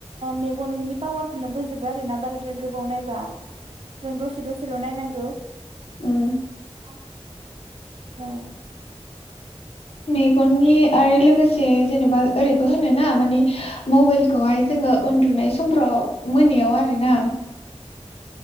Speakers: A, on the right; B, on the left.
A: मेगननि पावारनो बोजोबो आरो ना बाराद्राय गोबाव नायबा जों दसे दसेल' नायनांगौ
B: ओम
A: <inaudible> औ
B: मेगननि आरो लोगोसे जेनेबा ओरैबो होन ना मानिे मबाइलखौहाय जोङो उन्दुनाय समफ्राव मोनायाव आरो ना